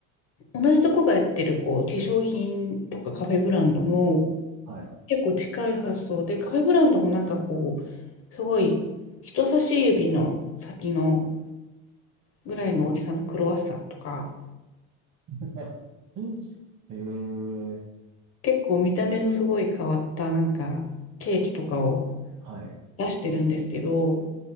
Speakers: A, on the left; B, on the right.
A: 同じとこがやってるこう化粧品とかカフェブランドも
B: はい。
A: 結構近い発想で、カフェブランドもなんかこう、すごい人差し指の先のぐらいの大きさのクロワッサンとか、
B: <laughs> ええ、
A: 結構見た目のすごい変わったなんかケーキとかを
B: はい。
A: 出してるんですけど、